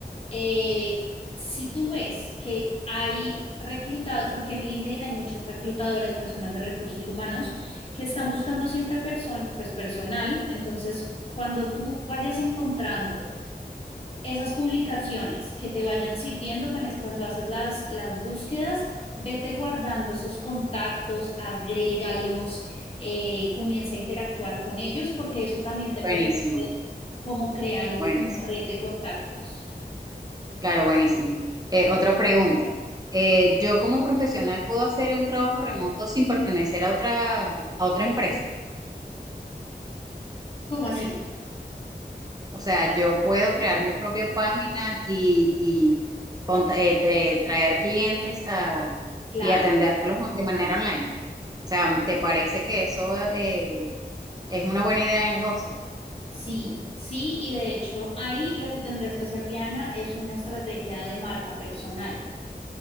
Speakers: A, on the left; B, on the right.
A: eh, si tú ves que hay reclutado, porque en LinkedIn hay muchos reclutadores, personas de recursos humanos, que están buscando siempre person- pues, personal, entonces cuando tú vayas encontrando esas publicaciones que te vayan sirviendo con es cuando haces las, las búsquedas, vete guardando esos contactos, agrégalos, eh, comienza a interactuar con ellos, porque eso también te
B: Buenísimo,
A: permite como crear un-
B: buenísimo.
A: una red de contactos.
B: Claro, buenísimo. Eh, otra pregunta. Eh, ¿yo como profesional puedo hacer un trabajo remoto sin pertenecer a otra, a otra empresa?
A: ¿Cómo así?
B: O sea, yo puedo crear mi propia página y, y cont- eh, tra- traer clientes a-
A: Claro,
B: y atenderlos de manera online. O sea, ¿te parece que eso eh, es una buena idea de negocio?
A: sí, sí, y de hecho ahí lo que tendrías que hacer, Diana, es una estrategia de marca personal.